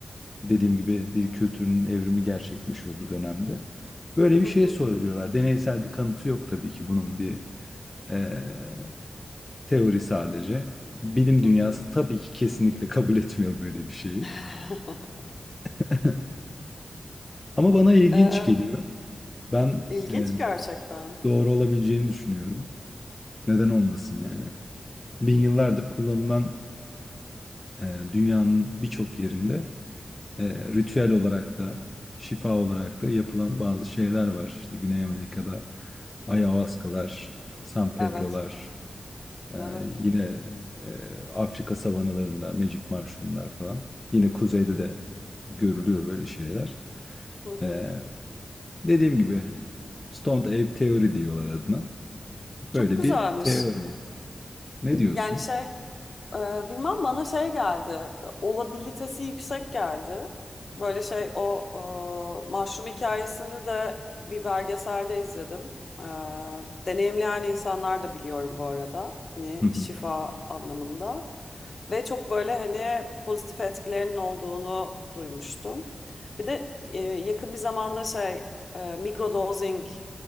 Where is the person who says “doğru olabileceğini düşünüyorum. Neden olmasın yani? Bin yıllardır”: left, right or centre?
Left